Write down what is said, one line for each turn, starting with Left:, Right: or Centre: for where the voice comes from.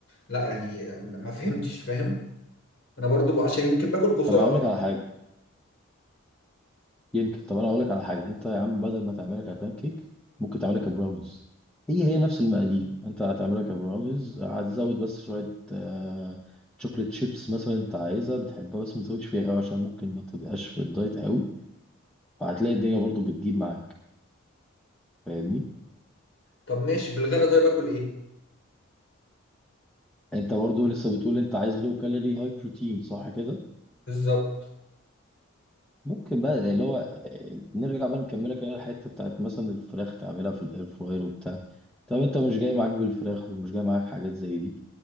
Left: لا يعني ما فهمتش فاهم انا برضو ب- عشان يمكن باكل بسرعه
Centre: طب اقول لك على حاجه يمكن طب انا اقول لك على حاجه انت يا عم بدل ما تعملها كبان كيك ممكن تعملها كبراونيز هي هي نفس المقادير انت هتعملها كبراونيز هتزود بس شويه آه... شوكليت شيبس مثلا انت عايزها بتحبها بس ما تزودش فيها قوي عشان ممكن ما تبقاش في الدايت قوي فهتلاقي الدنيا برضو بتجيب معاك فاهمني
Left: طب ماشي في الغدا طيب اكل ايه
Centre: انت برضو لسه بتقول انت عايز لو كالوري هاي بروتين صح كده
Left: بالظبط
Centre: ممكن بقى زي اللي هو آه، نرجع بقى نكملك اللي هي الحته بتاعت مثلا الفراخ تعملها في الاير فراير وبتاع طب انت مش جاي معاك بالفراخ ومش جاي معاك حاجات زي دي